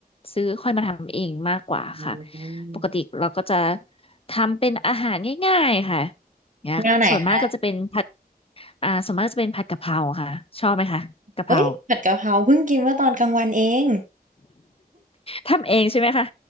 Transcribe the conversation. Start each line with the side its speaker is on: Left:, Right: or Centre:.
Left: ซื้อค่อยมาทำเองมากกว่าค่ะ
Right: อืม
Left: ปกติเราก็จะทำเป็นอาหารง่ายๆค่ะเนี่ยส่วนมากก็จะเป็นผัด
Right: แนวไหนคะ
Left: อ่าส่วนมากจะเป็นผัดกะเพราค่ะชอบไหมคะกะเพรา
Right: เอ้ยผัดกะเพราเพิ่งกินเมื่อตอนกลางวันเอง
Left: ทำเองใช่ไหมคะ